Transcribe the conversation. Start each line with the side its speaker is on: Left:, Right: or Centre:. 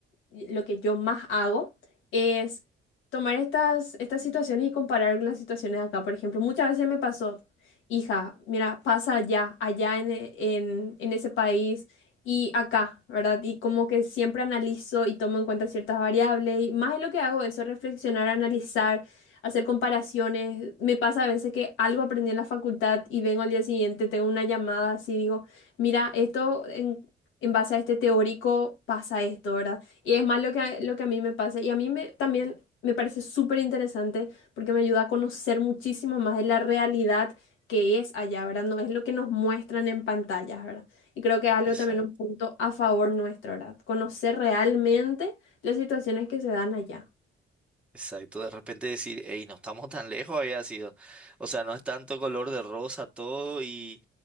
Left: lo que yo más hago es tomar estas, estas situaciones y comparar con las situaciones acá. Por ejemplo, muchas veces me pasó, hija, mira, pasa allá, allá en, e- en, en ese país y acá,
Centre: Ujú.
Left: ¿verdad? Y como que siempre analizo y tomo en cuenta ciertas variables y más de lo que hago eso, reflexionar, analizar. hacer comparaciones, me pasa a veces que algo aprendí en la facultad y vengo al día siguiente, tengo una llamada así, digo, mira, esto en, en base a este teórico pasa esto, ¿verdad? Y es más lo que, a- lo que a mí me pasa. Y a mí me, también me parece súper interesante porque me ayuda a conocer muchísimo más de la realidad que es allá, ¿verdad? No es lo que nos muestran en pantallas, ¿verdad? Y creo que es algo
Centre: Exacto.
Left: también un punto a favor nuestro, ¿verdad? Conocer realmente las situaciones que se dan allá.
Centre: Exacto, de repente decir, hey, no estamos tan lejos había sido. O sea, no es tanto color de rosa todo y